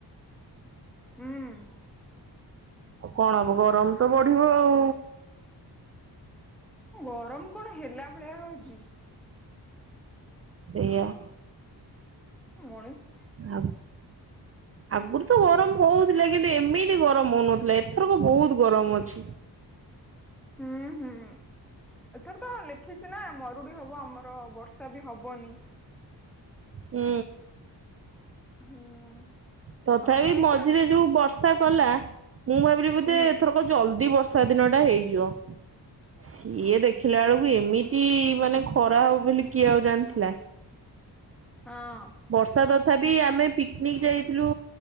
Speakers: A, in the centre; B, on the right (about 35°).
A: ହୁଁ।
B: ଆଉ କଣ ହବ, ଗରମ ତ ବଢିବ ଆଉ।
A: ଏ ଗରମ କଣ ହେଲା ଭଳିଆ ହଉଛି।
B: ସେଇଆ।
A: ମଣିଷ
B: ଆ ଆଗରୁ ତ ଗରମ ହଉଥିଲା, କିନ୍ତୁ ଏମିତି ଗରମ ହଉନଥିଲା ଏଥରକ ବହୁତ ଗରମ ଅଛି।
A: ହୁଁ- ହୁଁ ଏଥର ତ ଲେଖିଛି ନା ମରୁଡି ହବ ଆମ ବର୍ଷା ବି ହବନି।
B: ହୁଁ।
A: ହୁଁ।
B: ତଥାପି
A: ହଁ ଏନ୍ତା
B: ମଝିରେ ଯୋଉ ବର୍ଷା କଲା ମୁଁ ଭାବିଲି ବୋଧେ
A: ହୁଁ
B: ଏ ଥରକ ଜଲଦି ବର୍ଷା ଦିନଟା ହେଇଯିବ। ସିଏ ଦେଖିଲା ବେଳକୁ ଏମିତି ମାନେ ଖରା ହବ ବୋଲି, କିଏ ଆଉ ଜାଣିଥିଲା?
A: ହଁ।
B: ବର୍ଷା ତଥାପି ଆମେ ପିକ୍ନିକ୍ ଯାଇଥିଲୁ,